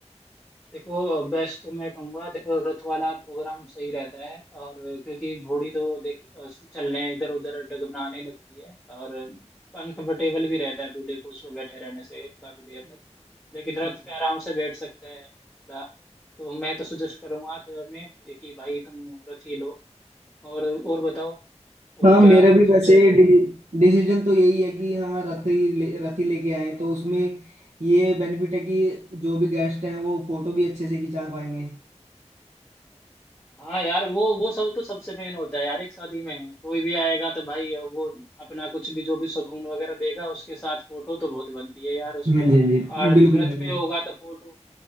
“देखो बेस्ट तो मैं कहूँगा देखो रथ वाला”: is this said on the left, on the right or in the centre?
Left